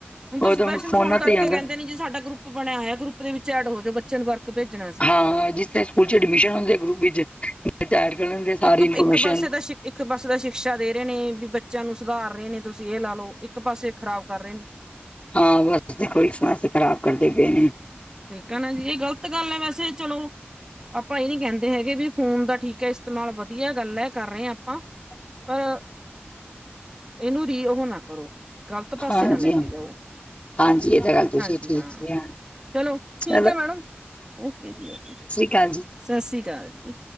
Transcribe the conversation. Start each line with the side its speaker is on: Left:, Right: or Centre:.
Right: ਹੁਣ
Left: ਉਹ
Right: ਤਾਂ ਸਪੈਸ਼ਲ
Left: ਫੋਨਾਂ
Right: ਫੋਨ ਕਰਕੇ
Left: ਤੇ ਹੀ ਆਉਂਦਾ
Right: ਕਹਿੰਦੇ ਨੇ ਜੀ ਸਾਡਾ ਗਰੁਪ ਬਣਿਆ ਹੋਇਆ, ਗਰੁਪ ਵਿੱਚ ਐਡ ਹੋ ਜੋ ਬੱਚੇ ਨੂੰ ਵਰਕ ਭੇਜਣਾ ਅਸੀਂ।
Left: ਹਾਂ ਜਿਸ ਤਾਂ ਸਕੂਲ ਚ ਐਡਮਿਸ਼ਨ ਹੁੰਦੀਆਂ ਗਰੁਪ ਵਿੱਚ। <unintelligible> ਕਰ ਲੈਂਦੇ ਸਾਰੀ
Right: ਇੱਕ
Left: ਇਨਫੋਰਮੇਦੇ
Right: ਇੱਕ ਪਾਸੇ ਦਾ ਇੱਕ ਪਾਸੇ ਦਾ ਸ਼ਿਕਸ਼ਾ ਦੇ ਰਹੇ ਨੇ ਵੀ ਬੱਚਿਆਂ ਨੂੰ ਸੁਧਾਰ ਰਹੇ ਨੇ ਤੁਸੀਂ ਇਹ ਲਾ ਲਓ। ਇੱਕ ਪਾਸੇ ਖਰਾਬ ਕਰ ਰਹੇ ਨੇ।
Left: ਹਾਂ, ਬਸ ਦੇਖੋ ਸਮੈਸਟਰ ਖ਼ਰਾਬ ਕਰਦੇ ਪਏ ਨੇ।
Right: ਠੀਕ ਐ ਨਾ ਜੀ ਇਹ ਗ਼ਲਤ ਗੱਲ ਐ ਵੈਸੇ ਚਲੋ ਆਪਾਂ ਇਹ ਨੀ ਕਹਿੰਦੇ ਹੈਗੇ ਵੀ ਫੋਨ ਦਾ ਠੀਕ ਏ ਇਸਤੇਮਾਲ ਵਧੀਆ ਗੱਲ ਐ ਕਰ ਰਹੇ ਆ ਆਪਾਂ।
Left: <inaudible>
Right: ਪਰ ਇਹਨੂੰ ਰਿ ਉਹ ਨਾ ਕਰੋ। ਗ਼ਲਤ ਪਾਸੇ
Left: ਹਾਂਜੀ
Right: ਨਾ ਲੈ ਕੇ
Left: ਹਾਂ
Right: ਜਾਓ।
Left: ਹਾਂਜੀ ਇਹ ਤਾਂ ਗੱਲ ਤੁਸੀਂ
Right: ਹਾਂਜੀ,
Left: ਠੀਕ
Right: ਹਾਂ।
Left: ਕਿਹਾ
Right: ਚਲੋ
Left: ਚਲੋ
Right: ਠੀਕ ਐ ਮੈਡਮ, ਓਕੇ ਜੀ ਓਕੇ।
Left: ਅਕਾਲ ਜੀ।
Right: ਸਤਿ ਸ੍ਰੀ ਅਕਾਲ ਜੀ।